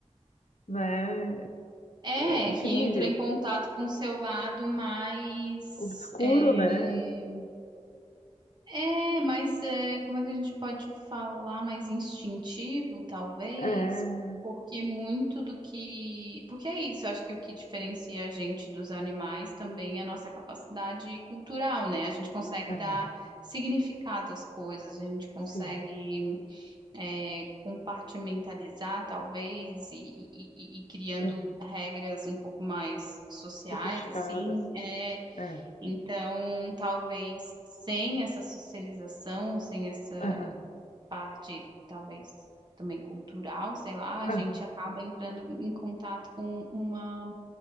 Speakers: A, on the left; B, on the right.
A: né,
B: É,
A: é incrível,
B: é que entra em contato com o seu lado mais,
A: obscuro,
B: é,
A: né?
B: É, mas é, como é que a gente pode falar mais instintivo, talvez?
A: É,
B: Porque muito do que. Porque é isso, eu acho que o que diferencia a gente dos animais também é a nossa capacidade cultural, né? A gente consegue
A: é,
B: dar significado às coisas, a gente consegue
A: sim,
B: é, compartimentalizar, talvez, e, e, e e criando
A: é,
B: regras um pouco mais sociais,
A: sofisticadas,
B: assim. é,
A: é,
B: então, talvez sem essa socialização, sem essa
A: aham,
B: parte, talvez também cultural, sei lá, a
A: aham,
B: gente acaba entrando em contato com uma